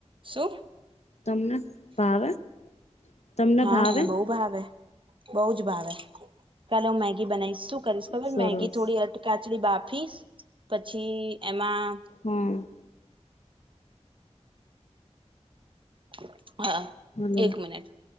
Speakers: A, on the right; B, on the left.
A: શું
B: તમને ભાવે તમને
A: હા
B: ભાવે
A: મને બહુ ભાવે બહ જ ભાવે કાલે હું મેગ બનાવીશ શું કરીશ ખબર
B: સરસ
A: મેગી થોડી અટક બાફી પછી એમાં
B: હમ
A: હ હા
B: હલો
A: એક મિનિટ